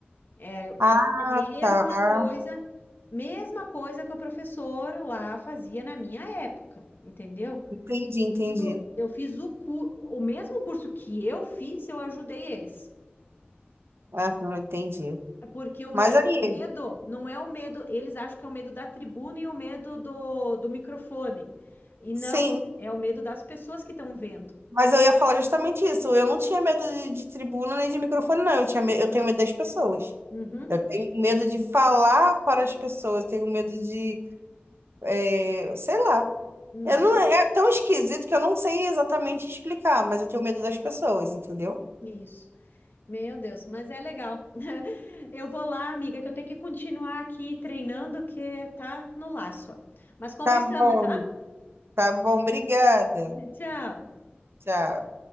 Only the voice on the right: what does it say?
Ah,
tá.
Entendi, entendi.
Aham, entendi.
Mas
aí,
sim,
mas eu ia falar justamente isso. Eu não tinha medo de, de tribuna nem de microfone, não. Eu tinha, me- eu tenho medo das pessoas.
Eu tenho medo de falar para as pessoas. Eu tenho medo de, é, sei lá.
Eu não, é tão esquisito que eu não sei exatamente explicar, mas eu tenho medo das pessoas, entendeu?
Tá bom,
tá bom, obrigada.
Tchau.